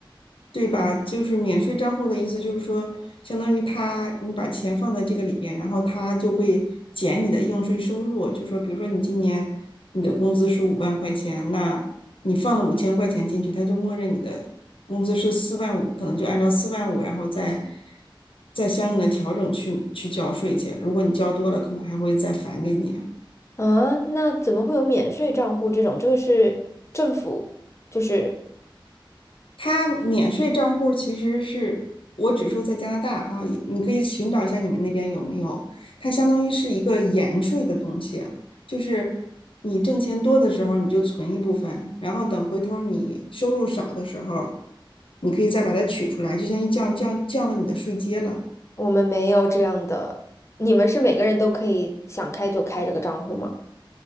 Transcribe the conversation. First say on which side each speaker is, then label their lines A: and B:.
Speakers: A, on the left (about 80°); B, on the left (about 30°).
A: 对吧？就是免税账户的意思，就是说，相当于他你把钱放在这个里边，然后他就会减你的应税收入。就说，比如说你今年你的工资是五万块钱，那你放了五千块钱进去，他就默认你的工资是四万五，可能就按照四万五，然后再再相应的调整去去交税去。如果你交多了，可能还会再返给你啊。
B: 啊，那怎么会有免税账户这种？这个是政府，就是
A: 它免税账户其实是我只说在加拿大哈，也你可以寻找一下你们那边有没有。它相当于是一个延税的东西，就是你挣钱多的时候你就存一部分，然后等回头你收入少的时候，你可以再把它取出来，就相当于降降降了你的税阶了。
B: 我们没有这样的。你们是每个人都可以想开就开这个账户吗？